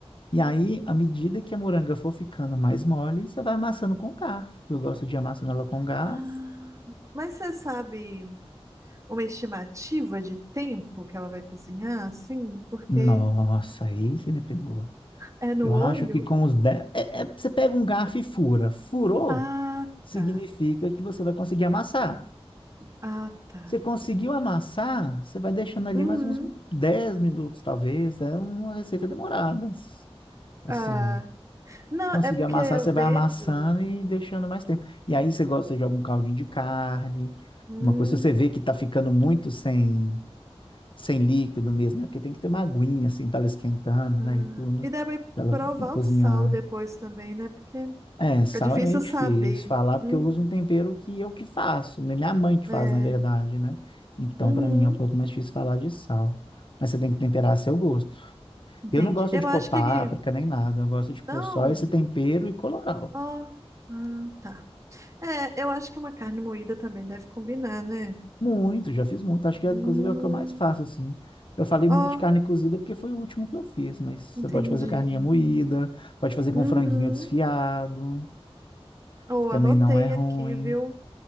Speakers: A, on the left (about 50°); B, on the right (about 30°).
A: E aí, à medida que a moranga for ficando mais mole, você vai amassando com garfo. Eu gosto de amassando ela com garfo.
B: Ah, mas você sabe uma estimativa de tempo que ela vai cozinhar, assim? Porque
A: Nossa, aí você me pegou.
B: É no
A: Eu
B: olho?
A: acho que com os 10, É, é- você pega um garfo e fura. Furou,
B: Ah,
A: significa
B: tá.
A: que você vai conseguir amassar.
B: Ah, tá.
A: Você conseguiu amassar, você vai deixando ali
B: Uhum.
A: mais uns 10 minutos, talvez. É uma receita demorada. Assim,
B: Ah. Não,
A: conseguiu
B: é porque
A: amassar,
B: eu
A: você
B: vejo.
A: vai amassando e deixando mais tempo. E aí você gosta, você joga um caldinho de carne,
B: Hum,
A: uma coisa, se você vê que tá ficando muito sem, sem líquido mesmo, né? Porque tem que ter uma aguinha, assim, para ela esquentando,
B: ah.
A: né? E tudo,
B: E deve
A: para ela
B: provar
A: ir cozinhar.
B: o sal depois também, né? Porque
A: É, sal
B: é difícil
A: é meio difícil
B: saber.
A: falar porque
B: Uhum.
A: eu uso um tempero que eu que faço, né? minha mãe que faz,
B: É.
A: na verdade, né? Então,
B: Uhum.
A: para mim é um pouco mais difícil falar de sal. Mas você tem que temperar a seu gosto.
B: Entendi.
A: Eu não gosto
B: Eu
A: de
B: acho
A: pôr páprica
B: que.
A: nem nada, eu gosto de pôr
B: Não.
A: só esse tempero e colorau.
B: Ó. Ah, tá. É, eu acho que uma carne moída também deve combinar, né?
A: Muito, já fiz muito, acho que
B: Hum.
A: inclusive é o que eu mais faço assim. Eu falei
B: Ó,
A: muito de carne cozida porque foi o último que eu fiz, mas você
B: entendi.
A: pode fazer carninha moída, pode fazer com
B: Uhum.
A: franguinho desfiado,
B: Ou
A: que também
B: anotei
A: não é ruim.
B: aqui, viu?